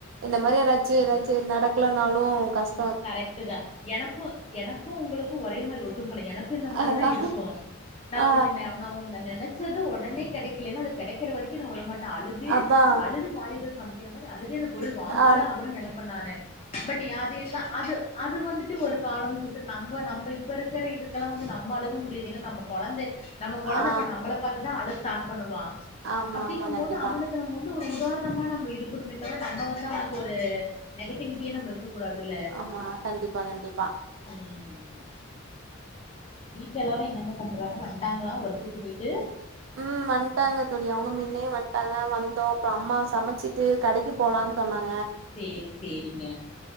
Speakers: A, on the right; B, on the left.
A: இந்த மாரி ஏதாச்சு ஏதாச் நடக்லனாலும் கஷ்
B: கரெக்ட்டு தா எனக்கும் எனக்கும் உங்கக்கும் ஒரே மாரி ஒத்தும் போல எனக் க்கு இந்த மாரிதா
A: அதா
B: இருக்கும் நா
A: ஆ
B: ஒண்ணு நெ நா ஒண்ணு நென நெனைச்சது ஒடனே கெடைக்கலனா அது கெடைக்கிற வரைக்கு நா வுடமாட்டே நா அழுதே
A: அதா
B: அழுது காரியத்த சாதிக்கிற மாரி அழுதே அந்த பொருள் வாங்கியே
A: அ
B: ஆகணு நெனைப்பே நானு பட் என் அது எல்லாம் <unintelligible> அது வந்துட்டு ஒரு காலம் சிஸ்டர் நம்ப நம்ப இப்ப இருக்கற இதுக்கெல்லாம் வந்து நம்ப அழுக முடியாது ஏன்னா நம்ம கொழந்தை நம்ம கொழந்த
A: ஆ
B: அப்றம் நம்பள பாத்து தான அழுக ஸார்ட் பண்ணுவா
A: ஆமா
B: அப்படிங்கும்
A: ஆமா கண்டிப்பா
B: போது அவனுக்கு நம்ம வந்து ஒரு உதாரணமா நம்ம இருக்கணுமே தவிர நம்ம வந்து அவனுக்கு ஒரு நெகட்டிவிட்டியே நம்ம இருக்க கூடாதுல்ல
A: ஆமா கண்டிப்பா கண்டிப்பா
B: ம் வீட்ல எல்லாரும் என்னங்க பண்றாங்க வந்துட்டாங்களாம் ஒர்க்குக்கு போயிட்டு
A: உம் வந்துட்டாங்க தோழி அவங்க முன்னே வந்துட்டாங்க வந்தோம் அப்புறம் அம்மா சமைச்சிட்டு கடைக்கு போலான்னு சொன்னாங்க
B: சேரி சேரிங்க